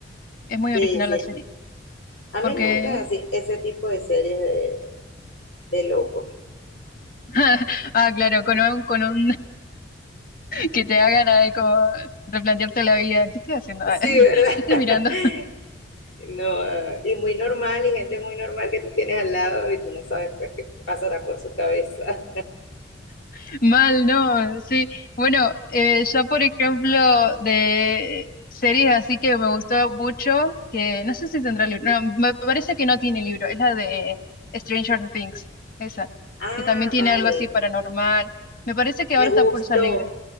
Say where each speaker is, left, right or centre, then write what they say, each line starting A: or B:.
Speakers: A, on the left; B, on the left.
A: es muy
B: sí,
A: original
B: sí.
A: la serie,
B: A
A: porque...
B: mí me gustan así ese tipo de series de, de locos.
A: <laughs> Ah, claro, con un, con un que te hagan ahí como replantearte la vida. ¿Qué estoy haciendo? <laughs>
B: Sí, ¿verdad?
A: ¿Qué estoy mirando?
B: <laughs> No, y muy normal, y gente muy normal que tú tienes al lado y tú no sabes pues qué pasará por su cabeza.
A: <laughs> Mal, ¿no? Sí. Bueno, eh, yo por ejemplo de series así que me gustó mucho, que no sé si tendrá libro, no, me parece que no tiene libro, es la de Stranger Things, esa,
B: Ah,
A: que también tiene
B: vale,
A: algo así paranormal. Me parece que ahora
B: me
A: está
B: gustó.
A: por salir.